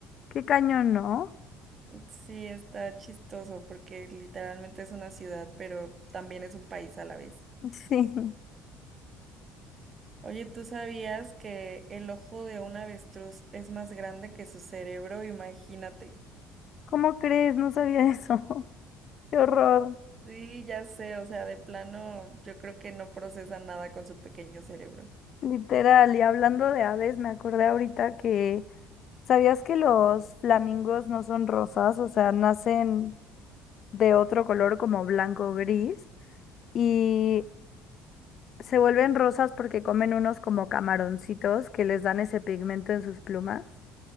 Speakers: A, on the left (about 55°); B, on the right (about 40°).
A: Qué cañón, ¿no?
B: Sí, está chistoso porque literalmente es una ciudad, pero también es un país a la vez.
A: <laughs> Sí.
B: Oye, ¿tú sabías que el ojo de un avestruz es más grande que su cerebro? Imagínate.
A: ¿Cómo crees? No sabía eso. <laughs> Qué horror.
B: Sí, ya sé, o sea, de plano yo creo que no procesa nada con su pequeño cerebro.
A: Literal, y hablando de aves, me acordé ahorita que, ¿sabías que los flamingos no son rosas? O sea, nacen de otro color como blanco o gris y se vuelven rosas porque comen unos como camaroncitos que les dan ese pigmento en sus plumas.